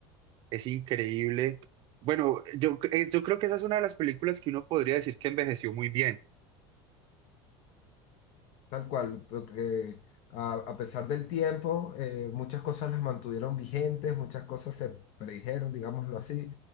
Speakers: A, on the right; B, on the left.
A: Es increíble. Bueno, yo, eh, yo creo que esa es una de las películas que uno podría decir que envejeció muy bien.
B: Tal cual, porque a, a pesar del tiempo, eh, muchas cosas las mantuvieron vigentes, muchas cosas se predijeron, digámoslo así,